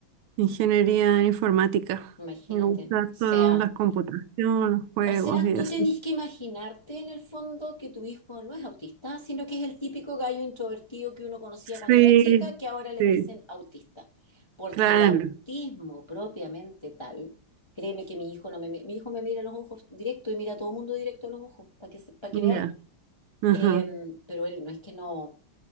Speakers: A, on the right (about 75°); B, on the left (about 40°).
A: ingeniería en informática.
B: Imagínate.
A: Me gusta
B: O sea...
A: todas las computaciones, los juegos
B: O sea,
A: y eso.
B: tú tenés que imaginarte en el fondo que tu hijo no es autista, sino que es el típico gallo introvertido que uno conocía cuando
A: Sí,
B: era chica, que ahora le
A: sí,
B: dicen autista. Porque
A: claro,
B: el autismo propiamente tal, créeme que mi hijo no me, mi hijo me mira a los ojos directo y mira a todo el mundo directo a los ojos, para que, se- pa' que veáis.
A: ya, ajá.
B: Eh, pero él no es que no,